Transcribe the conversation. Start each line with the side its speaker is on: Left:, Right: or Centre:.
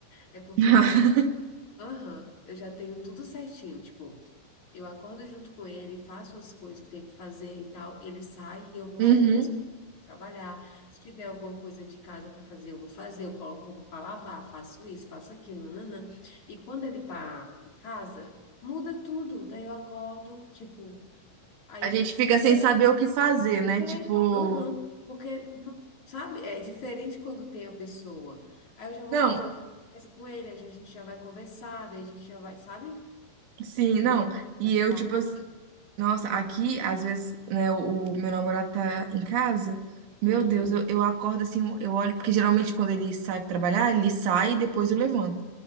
Left: É porque
Right: <laughs>
Left: eu já, aham, eu já tenho tudo certinho, tipo. Eu acordo junto com ele, faço as coisas que tem que fazer e tal. Ele sai e eu vou
Right: Uhum.
Left: fazer minhas coisas. Vou trabalhar. Se tiver alguma coisa de casa para fazer, eu vou fazer. Eu coloco roupa para lavar, faço isso, faço aquilo, nanã. E quando ele tá em casa, muda tudo. Daí eu acordo, tipo, aí
Right: A gente fica
Left: já
Right: sem
Left: é
Right: saber
Left: o
Right: o que fazer, né?
Left: é,
Right: Tipo,
Left: aham, porque não, sabe? É diferente quando tem a pessoa. Aí eu já vou
Right: não,
Left: fazer outra coisa com ele, aí já- a gente já vai conversar, daí a gente já vai, sabe?
Right: sim, não.
Left: É engraçado.
Right: E eu, tipo, assim, Nossa, aqui, às vezes, né, o, o meu namorado tá em casa. Meu
Left: Aham.
Right: Deus, eu, eu acordo assim, eu olho, porque geralmente quando ele sai pra trabalhar, ele sai e depois eu levanto.